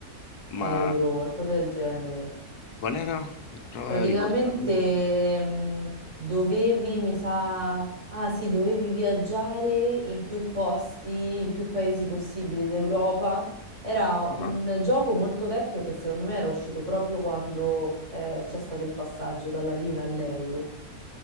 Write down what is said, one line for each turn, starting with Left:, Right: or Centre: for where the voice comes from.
Right: Euro,
Left: ma
Right: qualcosa del genere.
Left: qual era? Prova
Right: Praticamente
Left: a ricordarmelo.
Right: mh, dovevi, mi sa, ah sì, dovevi viaggiare in più posti, in più paesi possibili d'Europa. Era un
Left: Ah-ah.
Right: gioco molto vecchio che secondo me era uscito proprio quando eh, c'è stato il passaggio dalla lira all'euro.